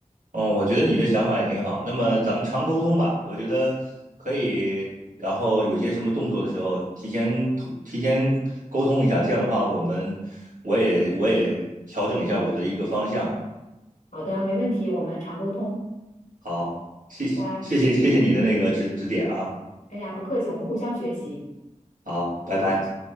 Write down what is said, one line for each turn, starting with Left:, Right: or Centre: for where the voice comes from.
Right: 嗯，我觉得你的想法也挺好。那么咱们常沟通吧，我觉得可以。然后有些什么动作的时候，提前通提前沟通一下，这样的话，我们我也我也调整一下我的一个方向。
Left: 好的，没问题，我们常沟通，
Right: 好，谢谢谢谢谢谢你的那个指指点啊。
Left: 拜拜。哎呀，不客气，我们互相学习，
Right: 好，拜拜。
Left: 再见。